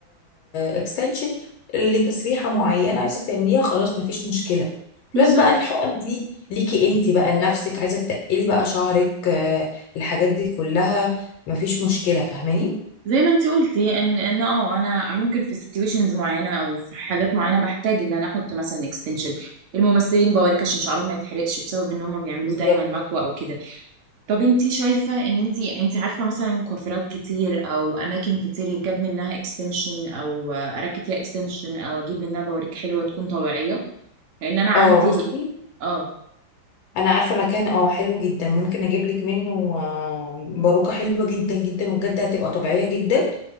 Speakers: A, on the left; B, on the right.
A: اكستنشن لتسريحة معينة عايزة تعمليها خلاص مفيش مشكلة
B: بالظبط
A: بلس بقى الحقن دي ليكي انت بقى لنفسك عايزة تقلي بقى شعرك آه، الحاجات دي كلها مفيش مشكلة فاهماني
B: زي ما انت قلتي ان ان اه انا ممكن في سيتويشنز معينه او في حاجات معينه بحتاج ان انا احط مثلا اكستنشن الممثلين بوريك عشان شعرهم ما يتحرقش بسبب ان هم بيعملوه
A: بالظبط
B: دايما مكوى او كده طب انت شايفه ان انت انت عارفه مثلا كوافيرات كتير او اماكن كتير يتجاب منها اكستنشن او اركب فيها اكستنشن او اجيب منها بوريك حلوه تكون طبيعيه لان انا أنا عندي
A: اه بصي
B: اه
A: انا عارفه مكان اه حلو جدا ممكن اجيب لك منه آه، باروكه حلوه جدا جدا وبجد هتبقى طبيعيه جدا